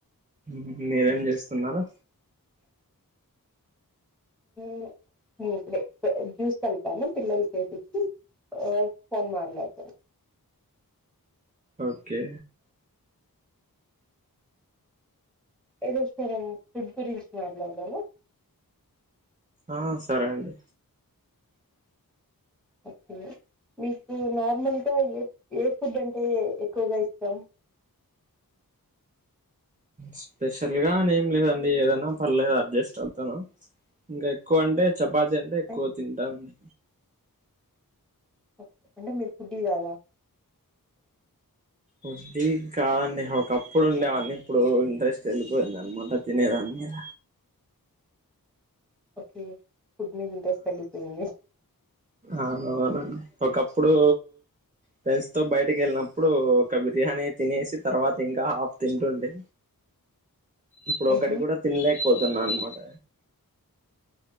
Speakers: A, on the right; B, in the centre.
A: మ్ మీరేం చేస్తున్నారు
B: మ్ ఎం లే ఇప్పుడే జ్యూస్ కలిపాను పిల్లలకు చేసిచ్చి ఆ ఫోన్ మట్లాడుతున్న
A: ఓకే
B: ఈ రోజు మనం ఫుడ్ గురించి మాట్లాడుదాము
A: ఆ సరే అండి
B: ఓకే మీకు నార్మల్గా ఏ ఏ ఫుడ్ అంటే ఎక్కువగా ఇష్టాం
A: స్పెషల్ గా అని ఏం లేదండి ఏదైనా పర్లేదు అడ్జస్ట్ అవుతాను ఇంగ ఎక్కువ అంటే చపాతి అంటే ఎక్కువ
B: ఏ,
A: తింటనండి
B: ఓే అంటే మీరు ఫుడ్డి కాదా
A: వడ్డీ కాదండి ఒకప్పుడు ఉండే అన్న ఇప్పుడు ఇంట్రెస్ట్ వెళ్ళిపోయింది అనమాట తినేదాని మీద
B: ఓకే ఫుడ్ మీద ఇంట్రెస్ట్ ఎల్లిపోయింది
A: అవునవునండి ఒకప్పుడు ఫ్రెండ్స్ తో బయటకి వెళ్ళినప్పుడు ఒక బిర్యానీ తినేసి తర్వాత ఇంగ హాఫ్ తింటుండే ఇప్పుడు
B: మ్హూ.
A: ఒకటి కూడా తినలేకపోతున్నా అనమాట